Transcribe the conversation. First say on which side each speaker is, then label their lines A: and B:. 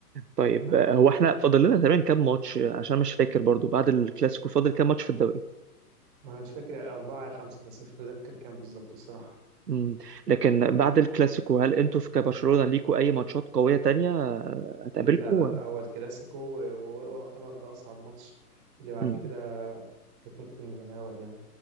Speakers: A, on the right (about 85°); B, on the right (about 35°).
A: طيب
B: حبيبي
A: آه، هو احنا فاضل لنا تقريبا كام ماتش آه، عشان مش فاكر برضو بعد الكلاسيكو فاضل كام ماتش في الدوري
B: ما أنا مش فاكر أربعة يا خمسة بس مش متذكر كام بالظبط الصراحة
A: مم. لكن بعد الكلاسيكو هل انتوا في كبرشلونة ليكوا اي ماتشات قوية تانية آه، هتقابلكوا
B: لا لا لا، هو الكلاسيكو ويعتبر ده أصعب ماتش اللي بعد
A: مم.
B: كده هيكون في المتناول يعني